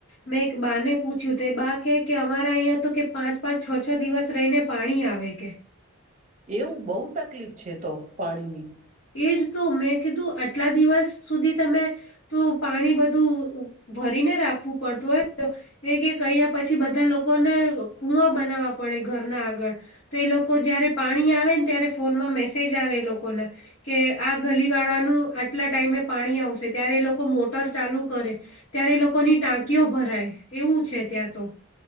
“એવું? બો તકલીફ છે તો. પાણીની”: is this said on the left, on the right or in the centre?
Right